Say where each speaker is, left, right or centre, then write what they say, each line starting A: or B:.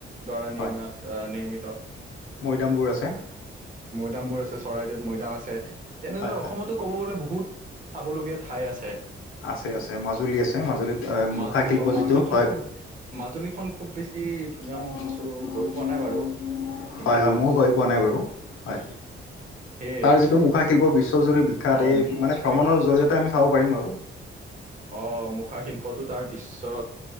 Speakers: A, on the right (about 40°); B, on the left (about 80°).
A: দ্বাৰা নিৰ্মাত,
B: হয়,
A: অহ, নিৰ্মিত।
B: মৈদামবোৰ আছে।
A: মৈদামবোৰ আছে চৰাইদেউ। মৈদাম আছে, তেনেদৰে
B: হয়,
A: অসমতো
B: হয়।
A: ক'ব গ'লে বহুত চাবলগীয়া ঠাই আছে।
B: আছে, আছে মাজুলী আছে মাজুলীত
A: মাজুলী
B: মুখা শিল্প
A: অহ, মাজুলীখন
B: যিটো হয়,
A: খুব। মাজুলীখন খুব বেছি ধুনীয়া
B: <unintelligible>
A: মই শুনিছো গৈ পোৱা নাই বাৰু কিন্তু
B: হয়, হয়। ময়ো গৈ পোৱা নাই বাৰু হয়।
A: সেই
B: তাৰ যিটো মুখা শিল্প বিশ্বজুৰি শিক্ষাত
A: অ
B: এই মানে ভ্ৰমণৰ জৰিয়তে আমি চাব পাৰিম আৰু।
A: অহ' মুখা শিল্পতো তাৰ বিশ্ব